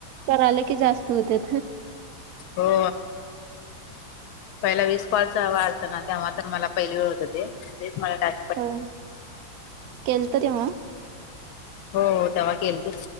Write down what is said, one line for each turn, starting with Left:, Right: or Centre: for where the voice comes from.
Right: कराल की जास्त होत.
Left: हो. पहिला वीस कॉलचा जवा ना तेव्हा तर मला पहिली वेळ होत तेच मला ट
Right: होय केलतं तेव्हा?
Left: हो तेव्हा केल त